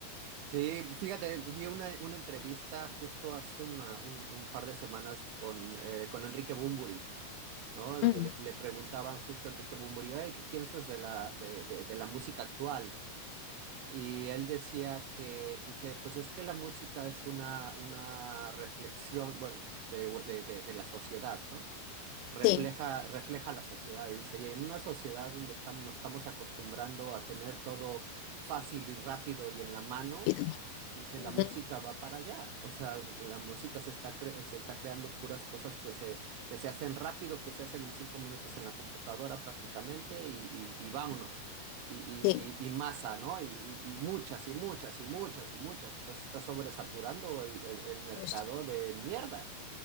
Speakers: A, on the right (about 85°); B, on the left (about 85°).
A: Sí, fíjate, vi una, una entrevista justo hace una- un, un par de semanas con, eh, con Enrique Bunbury, ¿no? Donde
B: Mm,
A: le, le preguntaban justo a Enrique Bunbury, "Oye, ¿qué piensas de la, de, de- de la música actual? Y él decía que, dice, pues es que la música es una, una reflexión, bueno, de, de, de- de la sociedad, ¿no? Refleja,
B: sí,
A: refleja la sociedad, y dice, y en una sociedad donde estamos, nos estamos acostumbrando a tener todo fácil y rápido y en la mano,
B: Y tú,
A: dice,
B: ujú,
A: la música va para allá. O sea, la música se está, cre- se está creando puras cosas que se, que se hacen rápido, que se hacen en cinco minutos en la computadora prácticamente y, y- y vámonos. Y,
B: sí.
A: y- y- y masa, ¿no? Y, y- y muchas y muchas y muchas y muchas. Entonces está sobresaturando el, el- el mercado
B: pues,
A: de mierda.